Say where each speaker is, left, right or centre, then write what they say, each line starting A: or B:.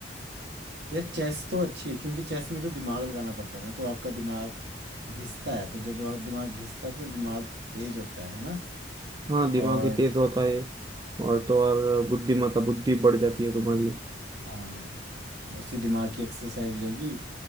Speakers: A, on the right; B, on the right.
A: यार चेस तो अच्छी है क्योंकि चेस में तो दिमाग लगाना पड़ता है ना तो आपका दिमाग घिसता है तो जब आप- दिमाग घिसता है तो दिमाग तेज होता है है ना
B: हाँ दिमाग
A: और
B: भी तेज होता है और तो और बुद्धिमत्ता बुद्धि बढ़ जाती है तुम्हारी
A: हाँ उसी दिमाग की एक्सरसाइज हो जाएगी